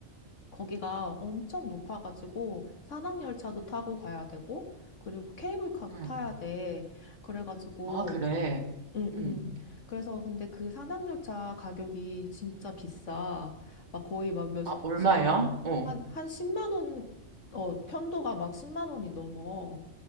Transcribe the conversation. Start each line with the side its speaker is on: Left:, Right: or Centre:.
Left: 거기가 엄청 높아가지고 산악열차도 타고 가야 되고 그리고 케이블카도
Right: 응.
Left: 타야 돼. 그래가지고
Right: 아, 그래.
Left: 음,
Right: 응.
Left: 음. 그래서 근데 그 산악열차 가격이 진짜 비싸. 막 거의 막 몇,
Right: 아,
Left: 시-
Right: 얼마야? 어,
Left: 한, 한 10만 원, 어, 편도가 막 10만 원이 넘어.